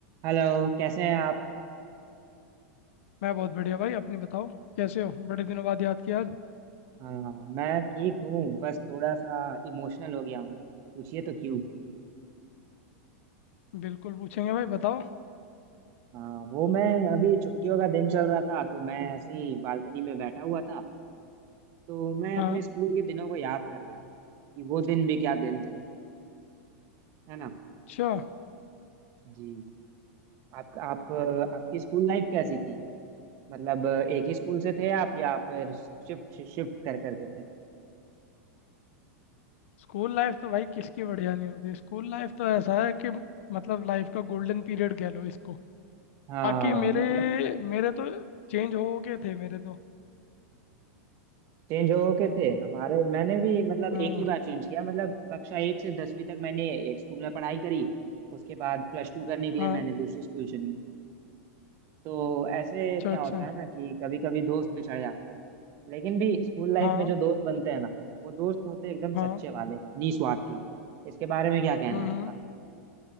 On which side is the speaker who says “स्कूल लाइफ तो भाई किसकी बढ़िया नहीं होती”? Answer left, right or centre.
Left